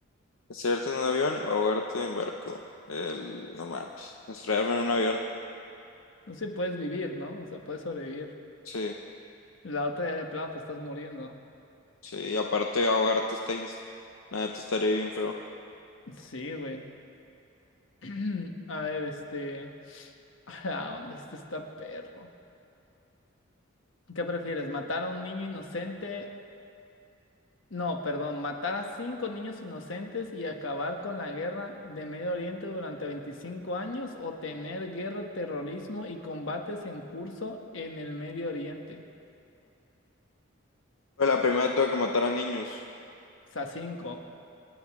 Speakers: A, on the left; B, on the left.
A: ¿Estrellarte en un avión o ahogarte en barco? El, no mames. Estrellarme en un avión.
B: No sé, puedes vivir, ¿no? O sea, puedes sobrevivir.
A: Sí,
B: La otra ya de plano te estás muriendo.
A: sí. Y aparte, ahogarte está, ins- nada, te estaría bien feo.
B: Sí, güey. <clears throat> A ver, este, <sniffs> a la onda, este está perro. ¿Qué prefieres, matar a un niño inocente No, perdón, matar a cinco niños inocentes y acabar con la guerra de Medio Oriente durante 25 años o tener guerra, terrorismo y combates en curso en el Medio Oriente.
A: Pero la primera tuve que matar a niños.
B: O sea, cinco.